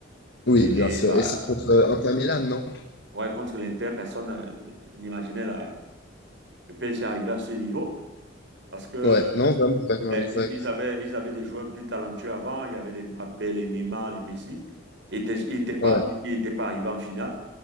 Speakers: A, on the left; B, on the right.
A: Oui,
B: Et,
A: bien
B: et,
A: sûr.
B: bah,
A: Et c'est contre euh, Inter Milan, non?
B: ouais, contre l'Inter, personne euh, n'imaginait la- le PSG arriver à ce niveau. Parce que
A: Ouais, non, vraiment,
B: Ben,
A: vraiment, exact.
B: ils avaient, ils avaient des joueurs plus talentueux avant. Il y avait les Mbappé, les Neymar, les Messi. Ils n'étaient ils étaient pas,
A: Ouais,
B: ils étaient pas arrivés en finale.